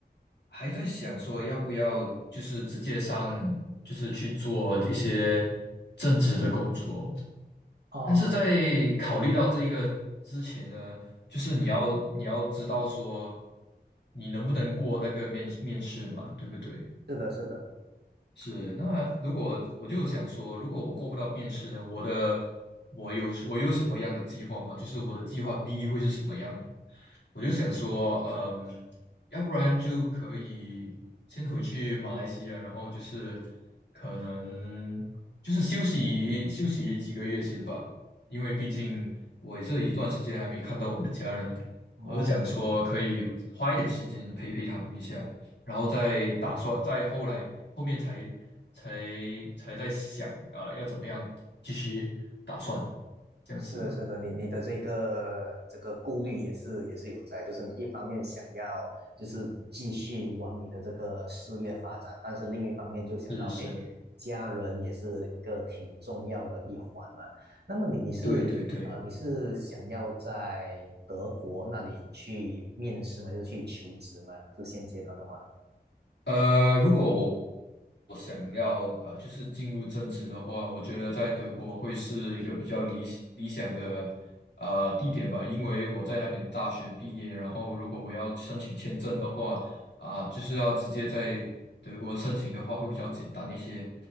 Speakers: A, on the left (about 80°); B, on the right (about 70°).
A: 还在想说要不要就是直接上，就是去做一些正职的工作。
B: 哦，
A: 但是在考虑到这一个之前呢，就是你要你要知道说你能不能过那个面面试嘛，对不对？
B: 是的，是的。
A: 是，那如果我就想说，如果我过不到面试呢，我的我有我有什么样的计划吗？就是我的计划 B 会是什么样？我就想说，嗯，要不然就可以先回去马来西亚，然后就是可能就是休息休息几个月先吧，因为毕竟我也是一段时间还没看到我的家人了，
B: 哦，
A: 我就想说可以花一点时间陪陪他们一下，然后再打算再后来后面才才才在想啊，呃要怎么样继续打算这样子，
B: 是的，是的，你你的这个这个顾虑也是也是有在，就是你一方面想要就是继续往你的这个事业发展，但是另一方面就想到，
A: 是是，
B: 哎，家人也是一个挺重要的一环嘛。那么你你是呃你是想要在德国那里去面试吗？
A: 对对对。
B: 就是去求职吗？就现阶段的话。
A: 呃，如果我我想要呃，就是进入政治的话，我觉得在德国会是一个比较理理想的呃地点吧，因为我在那边大学毕业，然后如果我要申请签证的话，啊、就是要直接在德国申请的话会比较简单一些。